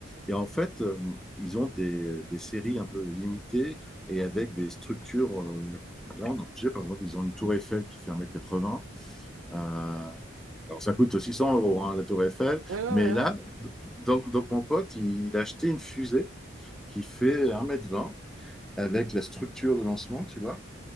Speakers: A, in the centre; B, on the right.
A: Et en fait, euh, ils ont des, des séries un peu limitées et avec des structures euh, grandes. Tu sais, par exemple, ils ont une tour Eiffel qui fait un mètre quatre 80 euh, alors, ça coûte 600 euros, hein, la Tour Eiffel.
B: Ouais, ouais,
A: Mais
B: ouais,
A: là,
B: ouais.
A: donc, donc mon pote, il, il a acheté une fusée qui fait un mètre vingt avec la structure de lancement, tu vois.